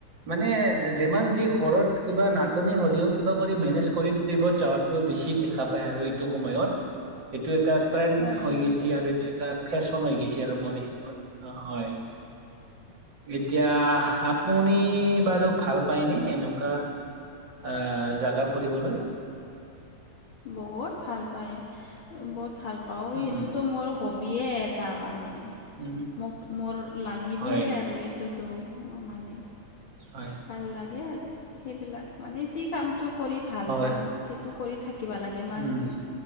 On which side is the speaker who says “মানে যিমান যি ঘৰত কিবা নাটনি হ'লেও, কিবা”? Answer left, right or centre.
Right